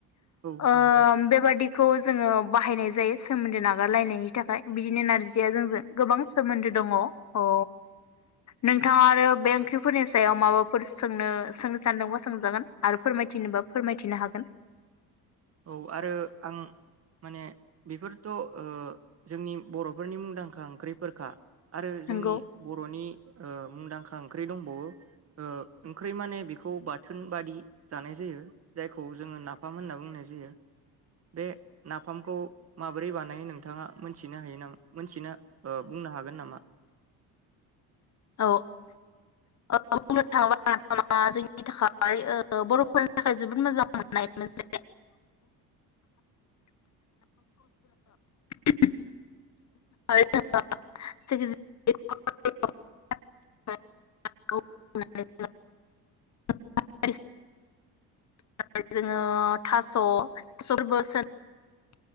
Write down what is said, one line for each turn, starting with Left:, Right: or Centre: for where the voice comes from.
Right: औ
Left: ओ
Right: नोंथां
Left: बेबादिखौ जोङो बाहायनाय जायो सोमोन्दो नागारलायनायनि थाखाय बिदिनो नारजिया जोंजों गोबां सोमोन्दो दङ अ नोंथाङा आरो बे ओंख्रिफोरनि सायाव माबा फोर सोंनो सोंनो सानदोंबा सोंजागोन आरो फोरमायथिनोबा फोरमायथिनो हागोन।
Right: औ आरो आं माने बेफोरथ ओ जोंनि बर'फोरनि मुंदांखा ओंख्रि फोरखा। आरो जोंनि
Left: नंगौ
Right: बर'नि ओ मुंदांखा ओंख्रि दंबावो ओ ओंख्रि माने बेखौ बाथोन बादि जानाय जायो जायखौ जोङो नाफाम होनना बुंनाय जायो बे नाफामखौ माबोरै बानायो नोंथाङा मोनथिनो हायो नामा मोनथिनो ओ बुंनो हागोन नामा?
Left: औ बुंनो थाङोबा नाफामा जोंनि थाखाय बर'फोरनि थाखाय जोबोद मोजां मोननाय मोनसे। <unintelligible> <unintelligible>